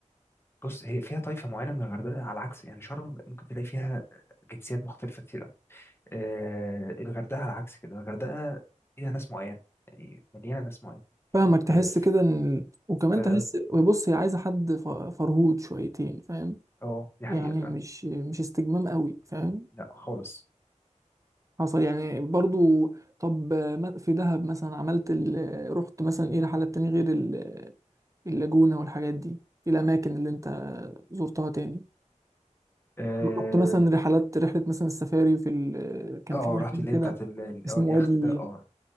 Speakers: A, on the left (about 20°); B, on the right (about 25°).
A: بص هي فيها طائفة معينة من الغردقة على عكس يعني شرم ممكن تلاقي فيها جنسيات مختلفة كتير آه، الغردقة على عكس كده الغردقة فيها ناس معين يعني مليانة ناس معين
B: فاهمك تحس
A: اه
B: كده ان ال- وكمان
A: آه،
B: تحس
A: آه،
B: بص هي عايزة حد ف- فرهود شويتين فاهم
A: آه، دي حقيقة
B: يعني
A: فعلا
B: مش مش استجمام قوي فاهم
A: لا خالص
B: حصل يعني برضو طب ما- في دهب مثلا عملت ال... رحت مثلا ايه رحلات تاني غير ال- اللاجونة والحاجات دي في الأماكن اللي أنت زرتها تاني
A: اه
B: رحت مثلا رحلات رحلة مثلا السفاري في ال... كان
A: آه،
B: في مكان
A: رحت اللي هي
B: كده
A: بتاعت ال- ال-
B: اسمه
A: اه اليخت
B: وادي
A: ده اه